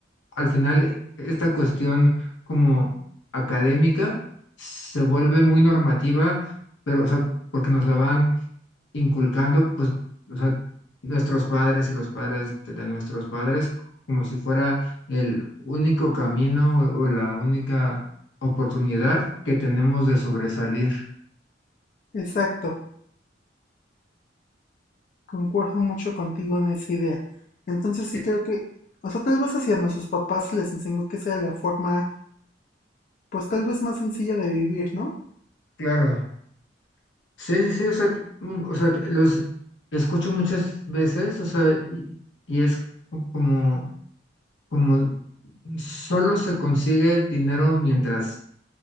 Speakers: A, on the left; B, on the left.
A: al final esta cuestión como académica se vuelve muy normativa, pero, o sea, porque nos la van inculcando, pues, o sea, nuestros padres y los padres de, de nuestros padres, como si fuera el único camino o, o la única oportunidad que tenemos de sobresalir.
B: Exacto, concuerdo mucho contigo en esa idea. Entonces
A: Sí,
B: sí creo que, o sea, tal vez hacia nuestros papás se les enseñó que esa era la forma, pues tal vez más sencilla de vivir, ¿no?
A: claro. Sí, sí, sí, o sea, mm, o sea, los escucho muchas veces, o sea, y, y es co- como como solo se consigue dinero mientras